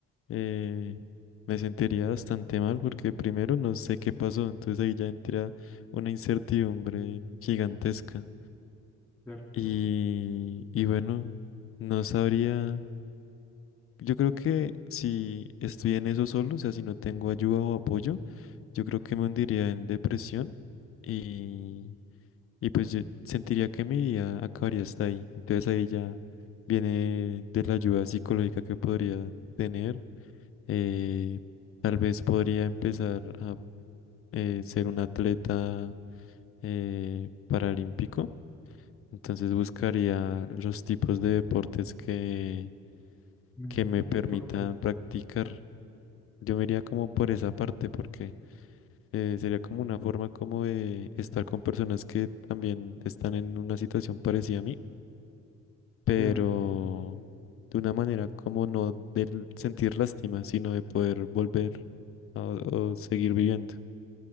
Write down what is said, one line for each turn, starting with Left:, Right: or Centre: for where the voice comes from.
Left: eh, me sentiría bastante mal porque primero no sé qué pasó, entonces ahí ya entra una incertidumbre gigantesca.
Centre: Claro,
Left: Y, y bueno, no sabría. Yo creo que si estoy en eso solo, o sea, si no tengo ayuda o apoyo, yo creo que me hundiría en depresión y, y pues yo sentiría que mi vida acabaría hasta ahí. Entonces ahí ya viene de la ayuda psicológica que podría tener. eh, tal vez podría empezar a eh, ser un atleta eh, paralímpico. Entonces buscaría los tipos de deportes que,
Centre: un
Left: que me
Centre: deporte,
Left: permitan practicar. Yo me iría como por esa parte porque eh, sería como una forma como de estar con personas que también están en una situación parecida a mí, pero
Centre: claro.
Left: de una manera como no del sentir lástima, sino de poder volver a- o seguir viviendo.